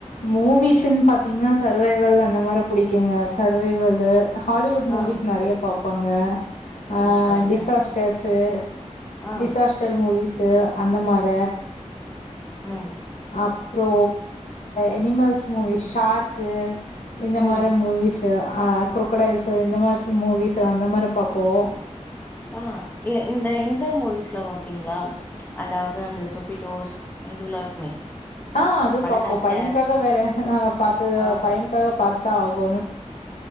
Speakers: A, on the left (about 75°); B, on the left (about 15°).
A: மூவிஸ்ன்னு பாத்தீங்கன்னா சர்வைவல் அந்த மாரி புடிக்குங்க சர்வைவல்லு ஹாலிவுட் மூவிஸ்
B: ஆ
A: நறையா பாப்பாங்க ஆ
B: சூப்பருங்க
A: டிசாஸ்டர்ஸு
B: ஆ
A: டிசாஸ்டர் மூவிஸ் து அந்த மார
B: ம்
A: அப்புறோ எனிமெல்ஸ் மூவி ஷார்க்கு இந்த
B: ம்
A: மாரி மூவிஸ் ஆ குரோக்கோடைல்ஸ் இந்த மாச மூவிஸ் அந்த மாரி பாப்போம்
B: ஆ இந்த இந்த மூவிஸ் கிலா பாப்பீங்களா அதாவுது அந்த சொபிட்டோஸ் இதுவல்லா இருக்குமே
A: ஆ அது
B: மடகாஸ்கர்
A: பாப்போம் பையனுக்காக வேற ஆ பாத்தது
B: ஆ
A: பையனுக்காக பாத் தா ஆகோனு